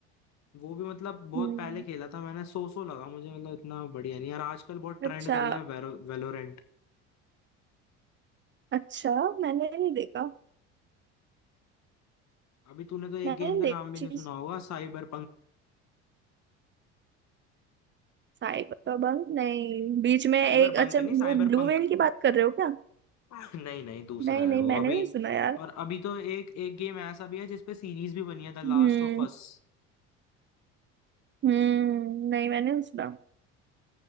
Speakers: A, on the left; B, on the right.
A: वो भी मतलब बहुत
B: हम्म
A: पहले खेला था मैंने सो सो लगा मुझे मतलब इतना बढ़िया नहीं यार आजकल बहुत ट्रेंड
B: अच्छा
A: कर रहा है वेलोरेंट
B: अच्छा मैंने नहीं देखा
A: अभी तूने तो एक
B: मैंने
A: गेम
B: नहीं
A: का
B: देखी
A: नाम भी नहीं
B: चीज
A: सुना होगा साइबर
B: साइबर नहीं बीच में
A: साइबर
B: एक
A: बंक
B: अच्छा
A: नहीं साइबर
B: वो ब्लू
A: पंक
B: व्हेल की बात कर रहे हो क्या
A: <laughs> नहीं नहीं दूसरा
B: नहीं
A: है
B: नहीं
A: वो
B: मैंने
A: अभी
B: नहीं सुना यार
A: और अभी तो एक एक गेम ऐसा भी है जिसपे सीरीज भी बनी है द
B: हम्म
A: लास्ट ऑफ अस
B: हम्म नहीं मैंने नहीं सुना